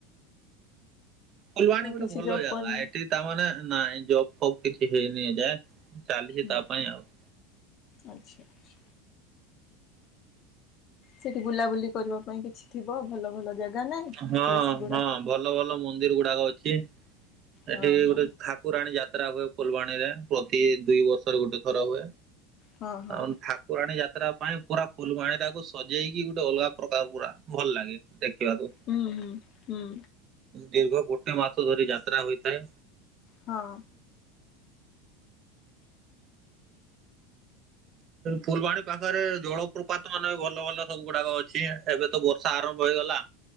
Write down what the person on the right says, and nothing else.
ଫୁଲବାଣୀ
ଗୋଟେ
ଭଲ
ଜାଗା
ଏଠି ତା ମାନେ ନାଇଁ ଜବ୍ ଫବ୍ କିଛି ହେଇନି ଏଯାଏ ଚାଲିଚି
ତା ପାଇଁ ଆଉ।
ହଁ
ହଁ ଭଲ ଭଲ ମୁଁନ୍ଦିର ଗୁଡାକ ଅଛି। ଏଠି
ଗୋଟେ ଠାକୁରାଣୀ ଯାତ୍ରା ହୁଏ ଫୁଲବାଣୀରେ ପ୍ରତି ଦୁଇ ବର୍ଷର ଗୋଟେ ଥର ହୁଏ।
ଆଉ ଥା ପୁରାଣୀ ଯାତ୍ରା ପାଇଁ ପୁରା ଫୁଲବାଣୀ ଟାକୁ ସଜେଇକି ଗୋଟେ ଅଲଗା ପ୍ରକାର ପୁରା ଭଲ ଲାଗେ ଦେଖିବାକୁ।
ଦୀର୍ଘ ଗୋଟେ ମାସ ଧରି ଯାତ୍ରା ହୋଇଥାଏ।
ଫୁଲବାଣୀ ପାଖରେ ଜଳପ୍ରପାତ ଅନେ ଭଲ ଭଲ ସବୁ ଗୁଡାକ ଅଛି ଏବେ ତ ବର୍ଷା ଆରମ୍ଭ ହେଇଗଲା।